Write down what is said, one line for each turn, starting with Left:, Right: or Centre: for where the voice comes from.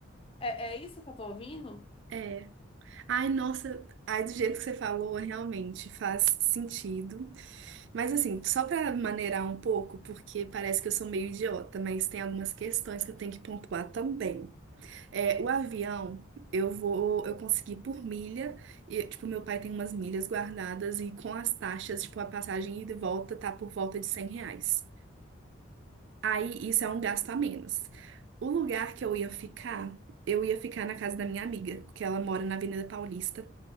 Left: É, é isso que eu tô ouvindo?
Right: É. Ai, nossa. Ai, do jeito que você falou, realmente faz sentido. Mas assim, só para maneirar um pouco, porque parece que eu sou meio idiota, mas tem algumas questões que eu tenho que pontuar também. É, o avião, eu vou, eu consegui por milha, e tipo, meu pai tem umas milhas guardadas e com as taxas, tipo, a passagem ida e volta tá por volta de 100 reais. Aí isso é um gasto a menos. O lugar que eu ia ficar, eu ia ficar na casa da minha amiga, que ela mora na Avenida Paulista,